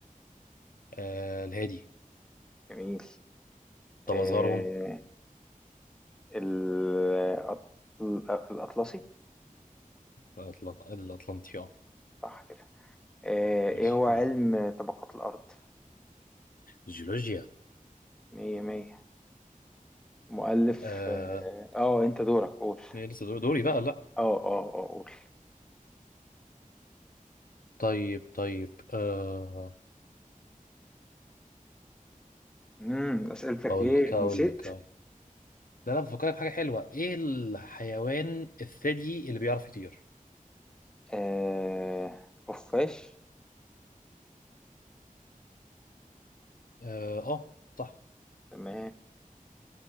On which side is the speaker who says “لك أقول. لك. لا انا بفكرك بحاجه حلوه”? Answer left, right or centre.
Left